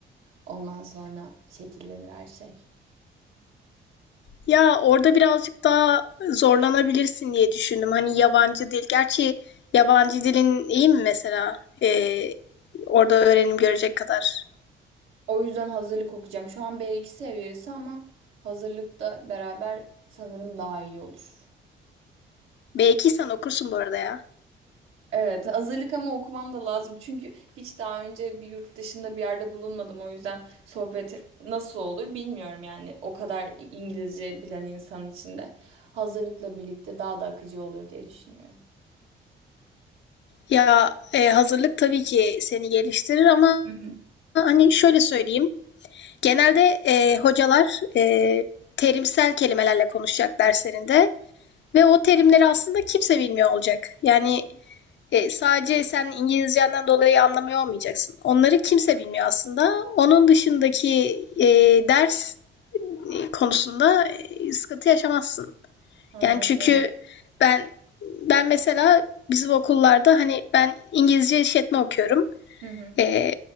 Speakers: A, on the right; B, on the left.
A: Ondan sonra şekillenir her şey.
B: Ya orada birazcık daha zorlanabilirsin diye düşündüm. Hani yabancı dil. Gerçi yabancı dilin iyi mi mesela? Ee, orada öğrenim görecek kadar.
A: O yüzden hazırlık okuyacağım. Şu an B2 seviyesi ama hazırlıkta beraber sanırım daha iyi olur.
B: B2 sen okursun bu arada ya.
A: Evet, hazırlık ama okumam da lazım. Çünkü hiç daha önce bir yurt dışında bir yerde bulunmadım. O yüzden sohbet nasıl olur bilmiyorum yani. O kadar İngilizce bilen insan içinde. Hazırlıkla birlikte daha da akıcı olur diye düşünüyorum.
B: Ya e, hazırlık tabii ki seni geliştirir ama
A: Hı hı.
B: hani şöyle söyleyeyim. Genelde e, hocalar e, terimsel kelimelerle konuşacak derslerinde. Ve o terimleri aslında kimse bilmiyor olacak. Yani e, sadece sen İngilizcenden dolayı anlamıyor olmayacaksın. Onları kimse bilmiyor aslında. Onun dışındaki e, ders e, konusunda e, sıkıntı yaşamazsın.
A: Anladım.
B: Yani çünkü ben ben mesela bizim okullarda hani ben İngilizce işletme okuyorum
A: Hı hı.
B: e,